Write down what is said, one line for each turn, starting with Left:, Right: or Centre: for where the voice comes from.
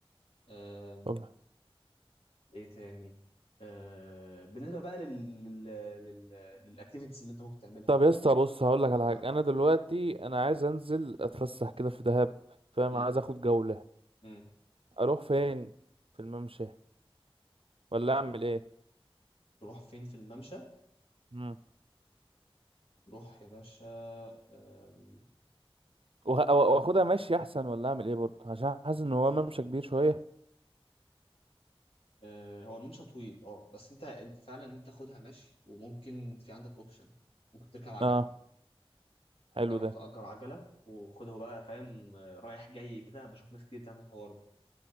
Left: أم...
Right: طب
Left: ايه تاني أه... بالنسبه بقى لل لل لل للاكتيفيتيز اللي انت ممكن تعملها
Right: طب
Left: يعني
Right: يا اسطى بص هقول لك على
Left: اه
Right: حاجه انا دلوقتي انا عايز انزل اتفسح كده في دهب فاهم
Left: امم
Right: عايز اخد جوله
Left: امم
Right: اروح فين في الممشى ولا اعمل
Left: ترو-
Right: ايه
Left: تروح فين في الممشى
Right: امم
Left: تروح يا باشا أم...
Right: واخدها ماشي احسن ولا اعمل ايه برضه عشان حاسس ان هو ممشى كبير شويه
Left: أه... هو الممشى طويل اه بس انت انت فعلا انت تاخدها مشي وممكن في عندك اوبشن ممكن تركب عجله
Right: اه حلو
Left: جرب
Right: ده
Left: تأجر عجله وخده بقى فاهم آه، رايح جاي كده بشوف ناس كتير بتعمل الحوار ده